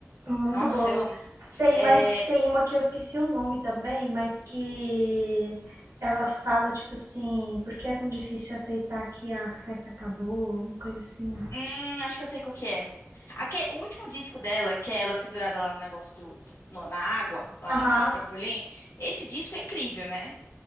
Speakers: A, on the right (about 75°); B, on the left (about 70°).
A: muito
B: Nossa,
A: boa.
B: eu amo.
A: Tem,
B: É,
A: mas tem uma que eu esqueci o nome também, mas que ela fala, tipo assim, por que é tão difícil aceitar que a festa acabou, alguma coisa assim.
B: hum, acho que eu sei qual que é. Aque- o último disco dela, que é ela pendurada lá no negócio do, do- no- na água, lá
A: Aham,
B: no trampolim, esse disco é incrível, né?